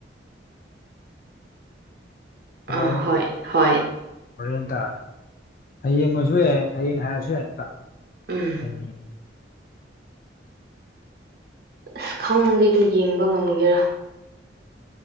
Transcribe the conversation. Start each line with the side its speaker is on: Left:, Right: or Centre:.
Left: ꯍꯜꯂꯣ
Right: ꯑ ꯍꯣꯏ ꯍꯣꯏ
Left: ꯍꯣꯔꯦꯟ ꯇꯥꯔꯦꯅ ꯍꯌꯦꯡ ꯑꯣꯏꯁꯨ ꯌꯥꯏ ꯍꯌꯦꯡ ꯍꯥꯏꯔꯁꯨ ꯌꯥꯏ ꯑꯗ
Right: ꯎꯝ
Left: ꯍꯥꯏ
Right: ꯑꯁ ꯈꯪꯗꯤꯦꯗꯨ ꯌꯦꯡꯕ ꯉꯝꯒꯦꯔꯥ